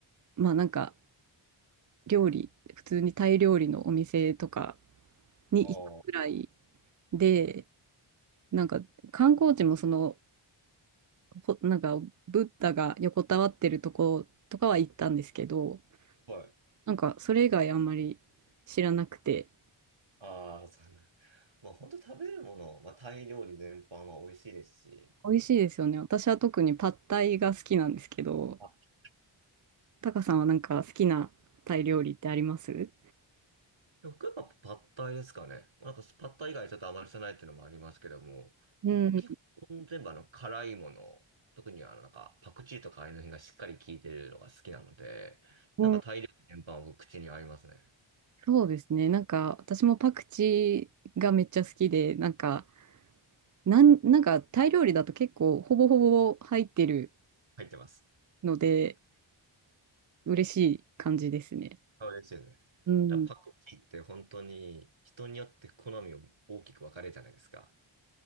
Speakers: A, on the right; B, on the right.
A: まあなんか料理、普通にタイ料理のお店とかに行くくらい
B: ああ、
A: で、なんか観光地もそのほ、なんか、ブッダが横たわってるとことかは行ったんですけど、
B: はい。
A: なんか、それ以外あんまり知らなくて、
B: ああ、そうなん。<laughs> まあ、本当食べるもの、まあ、タイ料理全般は美味しいですし。
A: 美味しいですよね。私は特にパッタイが好きなんですけど、
B: あ、
A: タカさんはなんか好きなタイ料理ってあります
B: 僕はやっぱパッタイですかね。なんかパッタイ以外ちょっとあまりしてないっていうのもありますけども、
A: うん。
B: 僕基本全部あの辛いもの、特にあのなんかパクチーとかああいうの辺がしっかり効いてるのが好きなので、
A: うん
B: なんかタイ料理全般は僕口に合いますね。
A: そうですね。なんか、私もパクチーがめっちゃ好きで、なんか、なん、なんか、タイ料理だと結構、ほぼほぼ入ってる
B: 入ってます。
A: ので、嬉しい感じですね。
B: そうですよね。
A: うん。
B: だからパクチーって本当に人によって好みを大きく分かれるじゃないですか。